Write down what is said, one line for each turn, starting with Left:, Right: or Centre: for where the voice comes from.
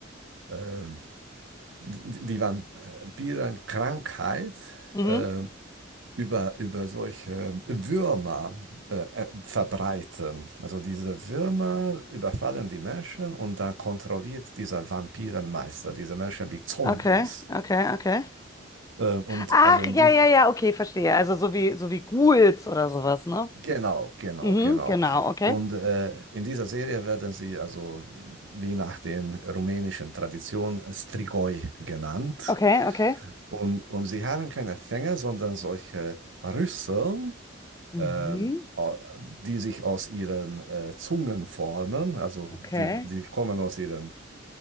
Right: ähm, die, die Vampirenkrankheit
Left: Mhm.
Right: äh, über, über solche Würmer äh, äh, verbreiten. Also diese Würmer überfallen die Menschen und dann kontrolliert dieser Vampirenmeister diese Menschen wie Zombies.
Left: Okay, okay, okay.
Right: Äh, Und
Left: Ach,
Right: also in
Left: ja,
Right: die,
Left: ja, ja, okay, verstehe. Also so wie so wie Ghouls oder sowas, ne?
Right: Genau, genau,
Left: Mhm,
Right: genau.
Left: genau, okay.
Right: Und äh, in dieser Serie werden sie also äh, wie nach den rumänischen Traditionen Strigoi genannt.
Left: Okay, okay.
Right: Und, und sie haben keine Fänge, sondern solche Rüsseln,
Left: Mhm,
Right: ähm, au- die sich aus ihren äh, Zungen formen. Also
Left: okay.
Right: die, die kommen aus ihrem